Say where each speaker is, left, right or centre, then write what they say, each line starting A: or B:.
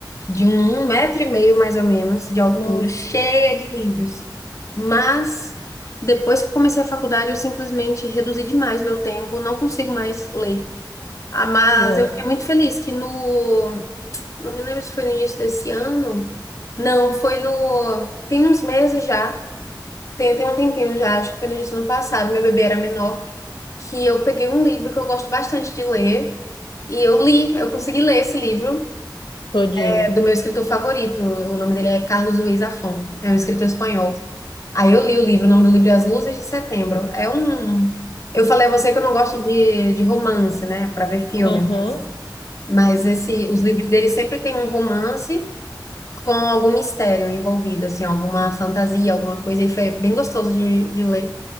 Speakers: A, on the left; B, on the left.
A: de um, um metro e meio, mais ou menos, de altura,
B: Nossa.
A: cheia de livros. Mas depois que comecei a faculdade, eu simplesmente reduzi demais meu tempo, não consigo mais ler. Ah, mas
B: não,
A: eu fiquei muito feliz que no. Não me lembro se foi no início desse ano. Não, foi no. Tem uns meses já. Tem, tem um tempinho já, acho que foi no início do ano passado, meu bebê era menor, que eu peguei um livro que eu gosto bastante de ler, e eu li, eu consegui ler esse livro,
B: todinho.
A: é do meu escritor favorito. O nome dele é Carlos Ruiz Zafón. É um escritor espanhol. Aí eu li o livro, o nome do livro é As Luzes de Setembro. É um. Eu falei a você que eu não gosto de, de romance, né, para ver filme,
B: Aham.
A: mas, mas esse, os livros dele sempre tem um romance com algum mistério envolvido, assim, alguma fantasia, alguma coisa, e foi bem gostoso de, de ler.